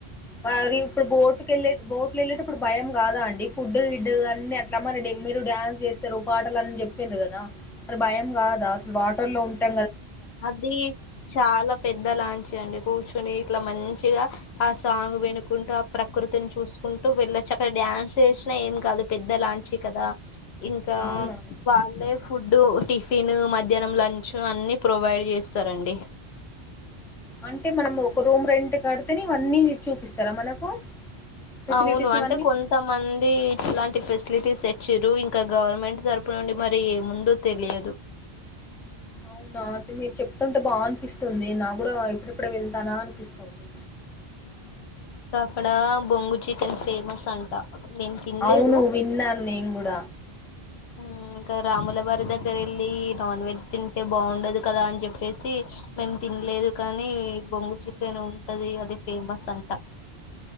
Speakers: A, in the centre; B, on the left (about 80°).
A: మరి ఇప్పుడు బోటుకి ఎల్లె బోట్లు ఎళ్ళేటప్పుడు భయం గాదా అండి ఫుడ్ గిడ్ అన్ని అట్లా మన డెమ్ మీరు డ్యాన్స్ జేస్తరు పాటలు అని జెప్పిరు గదా మరి భయం గాదా అసలు వాటర్ లో ఉంటే
B: అది చాలా పెద్ద లాంచ్ అండి కూర్చుని ఇట్ల మంచిగ ఆ సాంగ్ వినుకుంటూ ఆ ప్రకృతిని చూసుకుంటూ వెళ్ళొచ్చు అక్కడ డ్యాన్స్ చేసి అట్ల ఏం కాదు పెద్ద లాంచీ కదా ఇంకా
A: అవునా
B: వాళ్ళే ఫుడ్డు టిఫిన్ మధ్యాహ్నం లంచ్ అన్ని ప్రొవైడ్ చేస్తారండి
A: అంటే మనం ఒక రూమ్ రెంట్ కడితేనే ఇవన్నీ చూపిస్తరా మనకు ఫెసిలిటీస్
B: అవును అంటే
A: ఇవన్నీ
B: కొంతమంది ఇట్లాంటి ఫెసిలిటీస్ తెచ్చిర్రు ఇంకా గవర్నమెంట్ తరపు నుండి మరి ఏ ముందు తెలియదు
A: అవునా చి మీరు చెప్తు తుంటే బాగ అనిపిస్తుంది నాగూడా ఎప్పుడెప్పుడు వెళ్తానా అనిపిస్తుంది
B: అక్కడా బొంగు చికెన్ ఫేమస్ అంట మేము తినలేదు
A: అవును విన్నాను నేను గూడ
B: ఉమ్ ఇంక రాములవారి దగ్గర ఎళ్ళి నాన్ వెజ్ తింటే బాగుండదు కదా అని జెప్పేసి మేం తినలేదు కానీ బొంగు చికెన్ ఉంటది అది ఫేమస్ అంట <inaudible>